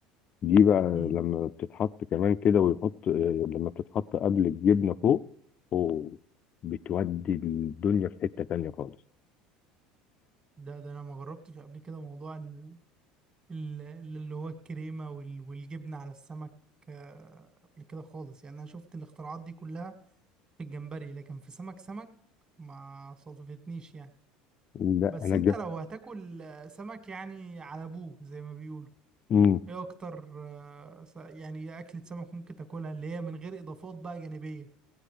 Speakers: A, on the left (about 40°); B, on the right (about 25°).
A: دي بقى
B: امم
A: لما بتتحط كمان كده ويحط آه، لما بتتحط قبل الجبنه فوق أوه، بتودي الدنيا في حته تانيه خالص
B: ده ده أنا ما جربتش قبل كده موضوع ال- ال- اللي هو الكريمة وال- والجبنة على السمك آه، قبل كده خالص يعني أنا شفت الاختراعات دي كلها في الجمبري لكن في سمك سمك ما صادفتنيش يعني
A: لا
B: بس
A: انا
B: انت
A: جا
B: لو هتاكل آه، سمك يعني على ابوه زي ما بيقولوا
A: امم
B: ايه اكتر آه، س- يعني ايه اكلة سمك ممكن تاكلها اللي هي من غير اضافات بقى جانبية